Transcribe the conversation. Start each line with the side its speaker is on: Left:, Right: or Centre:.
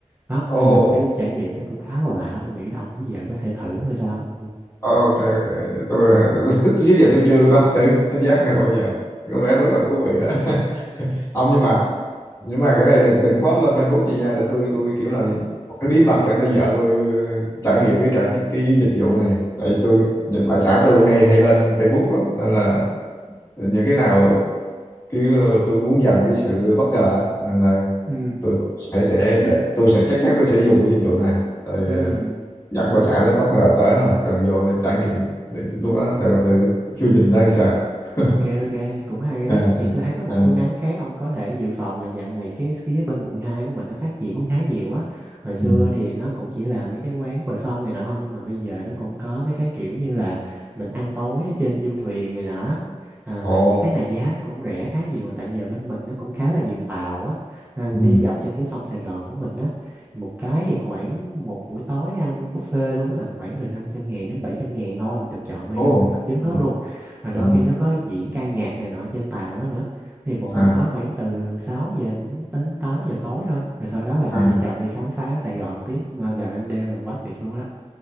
Right: đó
Left: ồ
Right: nên là cái trải nghiệm nó cũng khá là lạ tôi nghĩ là ông với vợ có thể thử thôi sao ừ
Left: ok ok tôi <laughs> trước giờ tôi chưa có thử cảm giác này bao giờ có vẻ rất là thú vị đó không nhưng mà nhưng mà cái này đừng đừng có post lên Facebook gì nha để tôi tôi kiểu là một cái bí mật để tôi vợ tôi trải nghiệm với cả cái, cái dịch vụ này tại vì tôi ở xã tôi hay hay lên Facebook lắm nên là những cái nào kiểu ờ, tôi muốn dành cái sự bất ngờ á, nên là
Right: ừ
Left: tôi, tôi sẽ sẽ để tôi sẽ chắc chắn tôi sẽ dùng cái dịch vụ này rồi
Right: ừ
Left: dẫn bà xã tới bất ngờ tới là gần vô trải nghiệm để lúc đó sẽ có thử feeling ra làm sao <laughs>
Right: Ok ok cũng hay đó
Left: à,
Right: thì tôi thấy có một
Left: à,
Right: phương án khác ông có thể dự phòng là dạo này cái phía bên quận 2 của mình nó phát triển cũng khá nhiều á hồi xưa
Left: ừ.
Right: thì nó cũng chỉ là mấy cái quán bờ sông này nọ thôi nhưng mà bây giờ nó cũng có mấy cái kiểu như là mình ăn tối ở trên du thuyền này nọ à, mà
Left: Ồ.
Right: những cái này giá nó cũng rẻ khá nhiều tại vì giờ bên mình nó cũng khá là nhiều tàu á à,
Left: ừ.
Right: đi dọc trên cái sông Sài Gòn của mình á một cái thì khoảng một buổi tối ăn buffet luôn á là khoảng từ 500 ngàn đến 700 ngàn thôi mình được chọn menu
Left: Ồ.
Right: này nọ chính hết
Left: Ừ.
Right: luôn rồi đôi
Left: à,
Right: khi nó có diễn ca nhạc này nọ trên tàu đó nữa thì một
Left: à,
Right: buổi tối khoảng từ 6 giờ đến đến 8 giờ tối thôi rồi sau đó là
Left: à.
Right: hai vợ chồng đi khám phá Sài Gòn tiếp mà vào ban đêm là quá tuyệt luôn đó